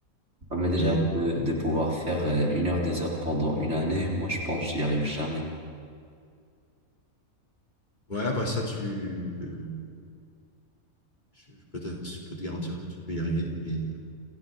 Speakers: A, on the right; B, on the left.
A: Non, mais déjà,
B: Et
A: de, de pouvoir faire euh, une heure, deux heures pendant une année, moi, je pense que j'y arrive jamais.
B: ouais, bah ça, tu, euh, je, je- peut-être, je peux te garantir que tu peux y arriver, mais euh,